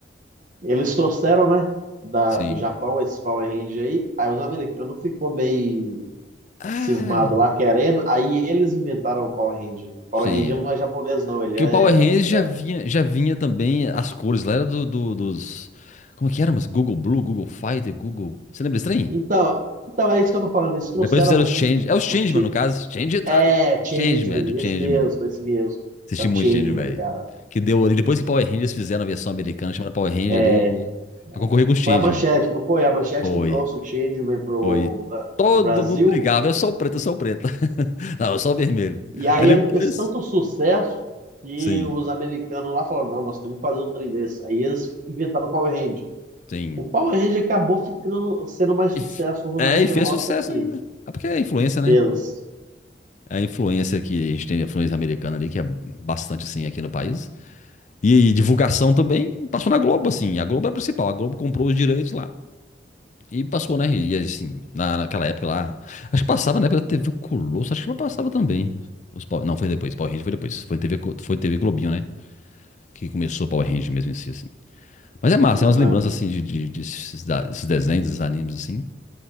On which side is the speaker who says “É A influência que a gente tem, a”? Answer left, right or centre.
Left